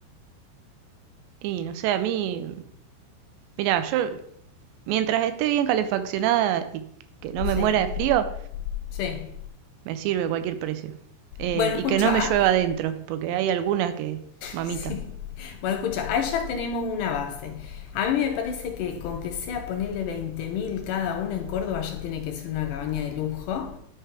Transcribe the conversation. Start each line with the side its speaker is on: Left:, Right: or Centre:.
Right: Y no sé, a mí, mira, yo mientras esté bien calefaccionada y que no
Left: Sí,
Right: me muera de frío,
Left: sí.
Right: me sirve cualquier precio. Eh,
Left: Bueno,
Right: y
Left: escucha,
Right: que no me llueva adentro, porque hay algunas que, mamita,
Left: Sí. Bueno, escucha, ahí ya tenemos una base. A mí me parece que con que sea ponerle 20.000 cada una en Córdoba ya tiene que ser una cabaña de lujo.